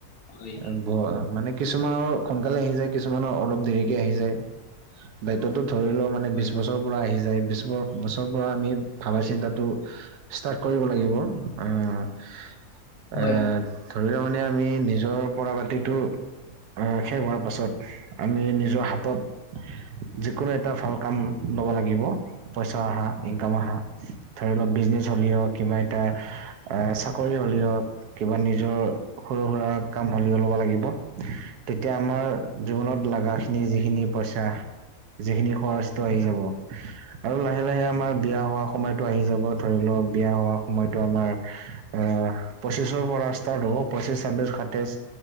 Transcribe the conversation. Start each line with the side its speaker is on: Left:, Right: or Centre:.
Left: হয়
Right: আৰু ব আৰ মানে কিছুমানৰ সোনকালে আহি যায় কিছুমানৰ অলপ দেৰিকে আহি যায় দায়িত্বটো ধৰিলোৱা মানে মানে
Left: হয় হয় হয় হয়
Right: বিশ বছৰৰ পৰা আহি যায় বিশ ব বছৰৰ পৰা আমি ভাবা
Left: হয়
Right: চিন্তাটো আ আ ষ্টাৰ্ট কৰিব লাগিব আ আ আ ই আহ্ এ এ এ।
Left: হয়
Right: ধৰিলোৱা মানে আমি নিজৰ পৰা পাটিটো শেষেই হোৱাৰ পাছত। আমি নিজৰ হাতত যিকোনো এটা ভাল কাম লব লাগিব। পইচা আহা ইনকাম আহা ধৰিলক বিজনেছ হলিও কিবা এটা আহ্। আহ আহ আহ এ এ চাকৰি হলে হক কিবা নিজৰ সৰু-সুৰা কাম হলিও লব লাগিব। তেতিয়া আমাৰ জীৱনত লাগা ইখিনি যিখিনি পইচা যিখিনি খৰচটো আহি যাব ইহ্ আ আ আৰু লাহে লাহে আমাৰ বিয়া হোৱা সময়তো আহি যাব ধৰিলওক বিয়া হ সময়টো আমাৰ ইহ্ আ আ আ পঁচিশৰ পৰা ষ্টাৰ্ট হ'ব পঁচিশ ছাব্বিশ সাতাইছ।